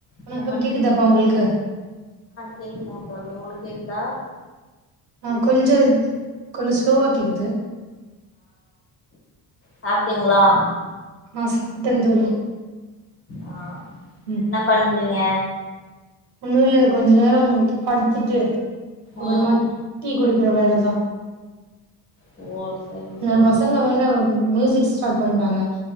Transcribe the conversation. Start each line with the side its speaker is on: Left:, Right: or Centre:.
Right: வணக்கம்
Left: என்ன
Right: கேக்குதாப்பா உங்கள்க்கு
Left: கேக்குது ஆ தோழி உங்குளுக் கேக்குதா
Right: ஆ கொஞ்ச கொஞ்சோ ஸ்லோவா கேக்குது
Left: சாப்டிங்ளா
Right: ஆ சாப்டந் தோழி
Left: ஆ
Right: ம்
Left: ன்ன பண்றீங்க
Right: னு இல்ல கொஞ்ச நேரம் படுத்துட்டு அப்பறமா
Left: ம்
Right: டீ குடி க்ற வேல தா
Left: ஓ சரிங்க
Right: ந
Left: சரிங்க
Right: பசங்க
Left: தோழி
Right: வேற மியூசிக்ஸ் ஸ்டாட் பண்ட்டாங்க